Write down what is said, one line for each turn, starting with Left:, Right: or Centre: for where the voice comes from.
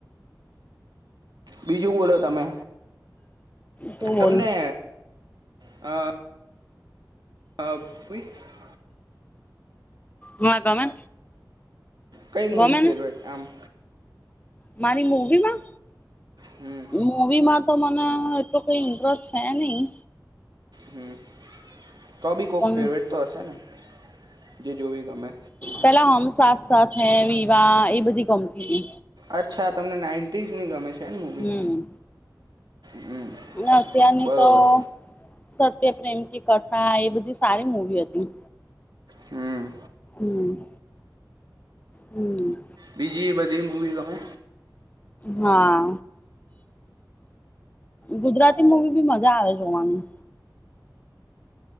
Right: બીજું બોલો તમે
Left: શું
Right: તમને
Left: બોલ
Right: હા. હા. <unintelligible>
Left: માં તમે?
Right: કઈ મૂવી
Left: ગમે
Right: ફેવરેટ
Left: ને!
Right: આમ
Left: મારી મૂવીમાં?
Right: હમ
Left: મૂવીમાં તો મને તો કંઈ હીરોઝ છે નહીં.
Right: હમ. તો બી કોક
Left: પણ
Right: ફેવરેટ તો હશે, ને જે જોવી ગમે.
Left: પેલા હમ સાથ સાથ હૈ, વિવાહ એવી બધી ગમે.
Right: અચ્છા તમને નાઈન્ટીસની ગમે છે. ને મૂવી
Left: હમ,
Right: હમ
Left: અને અત્યારની
Right: બરોબર
Left: તો સત્યપ્રેમ કી કથા એ બધી સારી મુવી હતી.
Right: હમ.
Left: હમ, હમ.
Right: બીજી બધી મૂવી ગમે?
Left: હા, ગુજરાતી મુવી બી મજા આવે જોવાની.